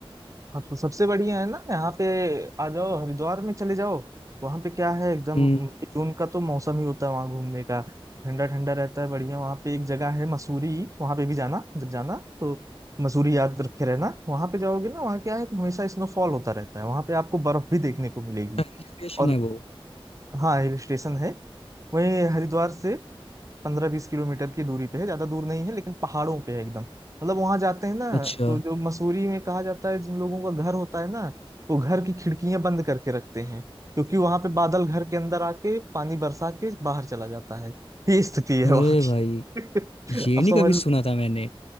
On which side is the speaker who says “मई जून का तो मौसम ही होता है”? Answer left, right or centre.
Right